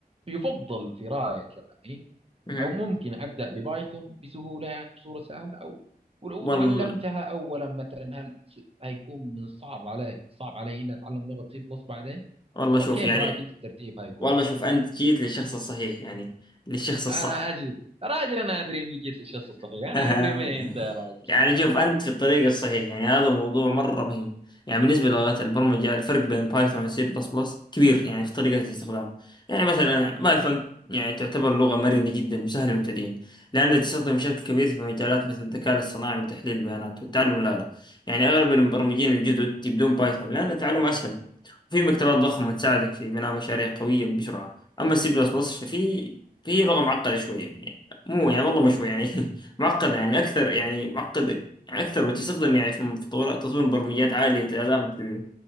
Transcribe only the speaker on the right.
يفضل في رأيك يعني
أو ممكن أبدأ ببايثون بسهولة يعني بصورة سهلة أو ولو
تعلمتها أولا مثلا هل س- هيكون من صعب علي صعب علي إني أتعلم لغة سي بلس بعدين
أو كيف
رأيك أنت الترتيب هيكون
أنا أدري راجل أنا أدري إني جيت للشخص الصحيح أنا أدري
مين أنت يا راجل